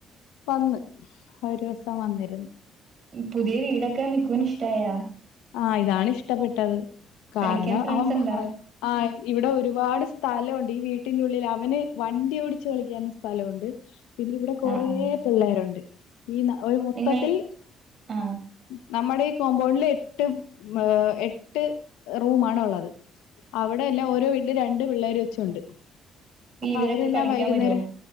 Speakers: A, on the left; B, on the right.
A: വന്ന് ഒരൂസം വന്നിരുന്നു
B: ഉം പുതിയ വീടൊക്കെ മിക്കൂന് ഇഷ്ടായ
A: ആഹ് ഇതാണ് ഇഷ്ടപ്പെട്ടത് കാരണം
B: കളിക്കാൻ ഫ്രണ്ട്സ്
A: അവൻ
B: ഇണ്ടാ
A: പറയാ ആഹ് ഇവിടെ ഒരുപാട് സ്ഥലമുണ്ട് ഈ വീട്ടിന്റെ ഉള്ളില് അവന് വണ്ടി ഓടിച്ച് കളിക്കാൻ സ്ഥലമുണ്ട് പിന്നെ ഇവിടെ കൊറേ
B: ആഹ് ആഹ്
A: പിള്ളേരുണ്ട് ഈ ന്നാ ഒരു മൊത്തത്തിൽ
B: നിങ്ങൾ ആഹ്
A: ന നമ്മടെ ഈ കോമ്പൗണ്ടില് എട്ട് എട്ട് റൂമാണ് ഉള്ളത് അവിടെ എല്ലാം ഓരോ വീട്ടിലും രണ്ട് പിള്ളേര് വെച്ചുണ്ട് അപ്പൊ
B: ഇവരൊക്കെ
A: അവരെല്ലാം
B: കളിക്കാൻ
A: വൈകുന്നേരം
B: വരുവോ